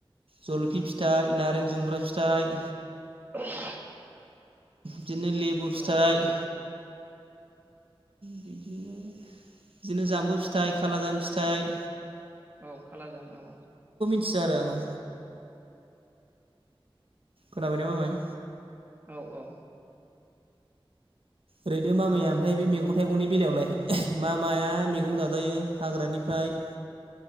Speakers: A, on the right; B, on the right.
A: जलफि फिथाइ
B: औ
A: नारें जुमब्रा फिथाइ
B: <inaudible>
A: बिदिनो लेबु फिथाइ
B: औ औ
A: बिदिनो बिदिनो जाम्बु फिथाइ खाला जाम फिथाइ
B: औ खालाजाम औ
A: बिसाराङो खोनाबायना मामाय
B: औ औ
A: ओरैनो मामाया ओमफ्राय बे मैगं थाइगंनि बेलायावलाय मा माया मैगं जाजायो हाग्रानिफ्राय